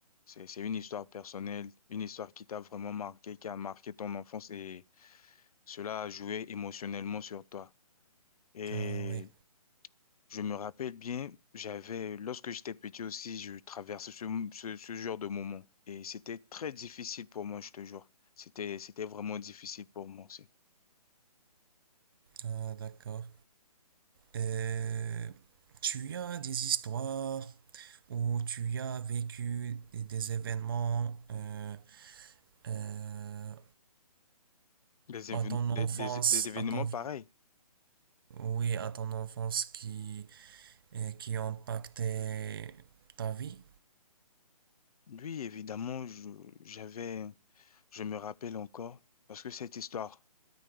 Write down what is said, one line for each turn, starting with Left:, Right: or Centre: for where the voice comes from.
Left: C'est, c'est une histoire personnelle, une histoire qui t'a vraiment marqué, qui a marqué ton enfance et cela a joué émotionnellement sur toi. Et
Right: Ah oui,
Left: je me rappelle bien, j'avais, lorsque j'étais petit aussi, je traversais ce, ce, ce genre de moment et c'était très difficile pour moi, je te jure. C'était, c'était vraiment difficile pour moi aussi.
Right: ah, d'accord. Euh, tu as des histoires où tu as vécu des, des événements euh, euh,
Left: Des, évén-
Right: à ton
Left: des,
Right: enfance,
Left: des, des événements
Right: à ton,
Left: pareils.
Right: oui, à ton enfance qui, euh, qui impactaient ta vie?
Left: Lui, évidemment, je- j'avais, je me rappelle encore, parce que cette histoire